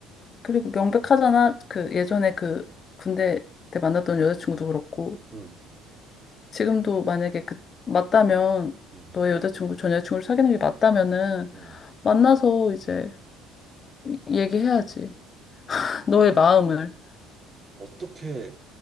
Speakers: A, on the left (about 40°); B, on the right (about 35°).
A: 그리고 명백하잖아. 그 예전에 그 군대 때 만났던 여자친구도 그렇고
B: 음,
A: 지금도 만약에 그 맞다면
B: 음,
A: 너의 여자친구 전 여자친구를 사귀는 게 맞다면은
B: 음.
A: 만나서 이제 이- 얘기해야지. <laughs> 너의
B: 뭐
A: 마음을.
B: 어떻게